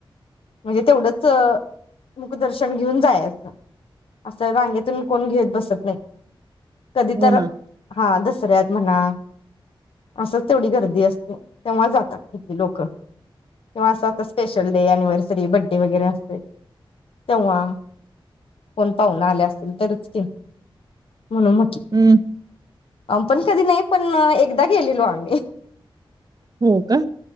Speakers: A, on the left; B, on the right.
A: म्हणजे तेवढंच मुखदर्शन घेऊन जायचं, असं रांगेतून कोण घेत बसत नाही. कधी
B: हो
A: तर
B: ना
A: हा दस ऱ्यात म्हणा असच तेवढी गर्दी असते, ओ तेव्हा जातात इथली लोक तेव्हा असतात स्पेशल डे अनिव्हर्सरी, बडे वगैरे असेल तेव्हा कोण पाहून आल्या असेतील तरच की म्हणून म्हटलं
B: हं,
A: अम पण कधी नाही पण एकदा गेलेलो आम्ही
B: हो का